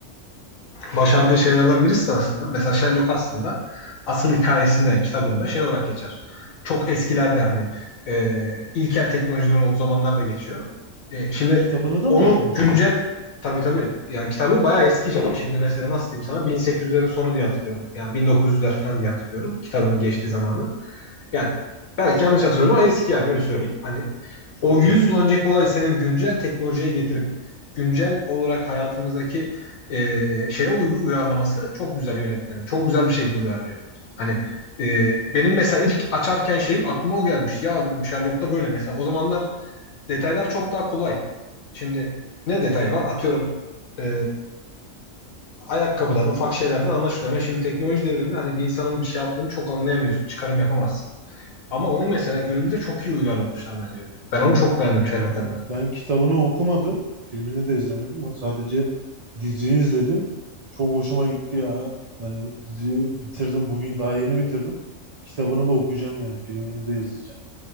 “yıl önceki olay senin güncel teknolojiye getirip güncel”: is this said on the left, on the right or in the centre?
Left